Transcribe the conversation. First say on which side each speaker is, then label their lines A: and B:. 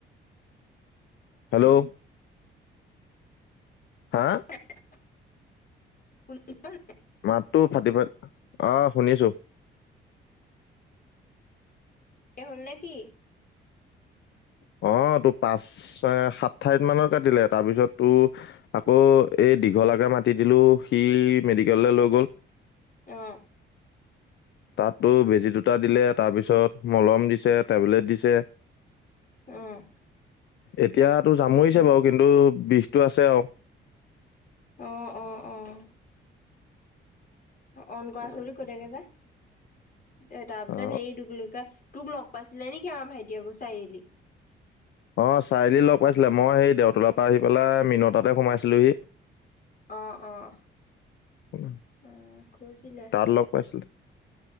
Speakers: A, on the left; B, on the left.
A: হেল্ল', হা
B: <inaudible> শুলি। <unintelligible>
A: মাততো ফাটি ফ অ, শুনিছো।
B: এই হ'ল নেকি।
A: অ, তোৰ পাঁচ সাতঠাইত মানৰ কাটিলে তাৰপিছত তোৰ আকৌ এই দীঘলাকে মাতি দিলো সি মেডিকেললৈ লৈ গ'ল।
B: অ',
A: তাতো বেজী দুটা দিলে। তাৰপিছত মলম দিছে টেবলেট দিছে।
B: অ',
A: এতিয়াতো
B: অ',
A: জামুৰিছে বাৰু কিন্তু বিষটো আছে আও।
B: অ', অ', অ', অন কৰা আছে বুলি কৈ দে গে যা <unintelligible> এ তাৰপিছত
A: অ
B: হেৰি কি বোলি কয় তোক লগ পাইছিলে নেকি আমাৰ ভাইটিয়ে চাৰিআলিত।
A: অ, চাৰিআলিত লগ পাইছিলে মই সেই দেউতলৰ পৰা আহি পেলাই মিনতাতে সোমাইছিলোহি
B: অ', অ',
A: অ
B: আহ কৈছিলে।
A: তাত লগ পাইছিলে